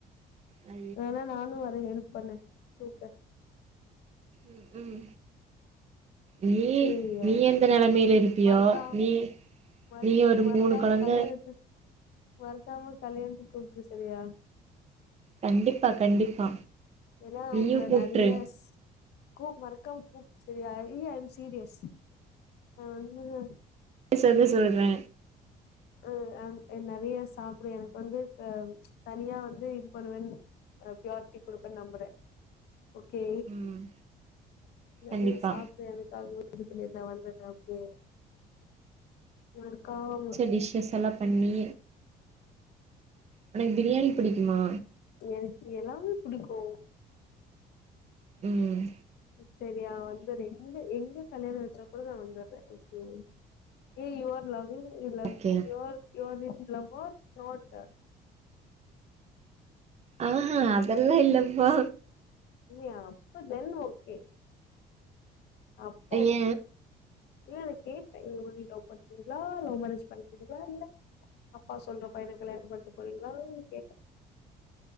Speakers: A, on the right; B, on the left.
A: ஐ
B: வேணா நானு வரே ஹெல்ப் பண்ண தூக்க
A: ம்க்கும் நீ
B: சேரியா
A: நீ எந்த நெலமையில இருப்பியோ
B: மறக்காம
A: நீ
B: மறக்
A: நீயொரு
B: மறக்காம
A: மூணு கொழந்த
B: கல்யாணத்துக் மறக்காம கல்யாணத்துக்கு கூப்ட்ரு சரியா
A: கண்டிப்பா கண்டிப்பா
B: ஏனா
A: நீயு
B: உங்கள
A: கூப்ட்ரு
B: நெறைய ஸ் கூப் மறக்காம கூப் சரிய இல்ல ஐம் சீரியஸ் நா வந்துதா
A: சாவே சொல்றே
B: அ ஆ என் நெறைய சாப்ட எனக்கு வந்து தனியா வந்து இது பண்ணுவேன் பியாரிட்டி குடுப்பன் நம்பறே ஓகே
A: ம்
B: நெறைய
A: கண்டிப்பா
B: சாப்டு எனக்காகவே இது பண்ணிர்ந்தா வந்துர்ரே ஓக்கே மறக்காம
A: டிஷஸ்ஸஸெல்லா பண்ணி உனக்கு பிரியாணி புடிக்குமா
B: எனக்கு எல்லாமே புடிக்கு
A: ம்
B: செரியா வந்துற்றியா எங்க எங்க கல்யாணோ வெச்சா கூட நா வந்துற்றே okay your loving you love
A: கேயா
B: இ இவர இந்த லவோர் நோட
A: ஆஹ்ஹ் அதெல்லாம் இல்லப்பா
B: இல்ல அப்பத ஓகே அப்ப
A: ஏ
B: ஓகே ஏ கேட்டேன் லவ் பண்ணறீங்களா லவ் மேரேஜ் பண்ணிக்கீங்களா இல்ல அப்பா சொல்ற பையணங்களை என்ன பண்ணட்டு போறீங்களோ கேட்டேன்